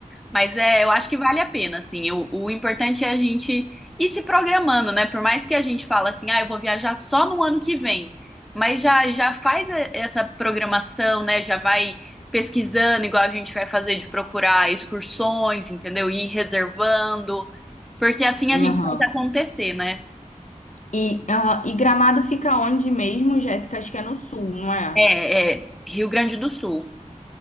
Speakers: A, in the centre; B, on the left.
A: Mas é, eu acho que vale a pena, assim. O, o importante é a gente ir se programando, né? Por mais que a gente fala assim, ah, eu vou viajar só no ano que vem. Mas já, já faz e- essa programação, né? Já vai pesquisando, igual a gente vai fazer de procurar excursões, entendeu? Ir reservando. Porque assim a
B: Aham.
A: gente faz acontecer, né?
B: E, aham, e Gramado fica onde mesmo, Jéssica? Acho que é no sul, não é?
A: É, é Rio Grande do Sul.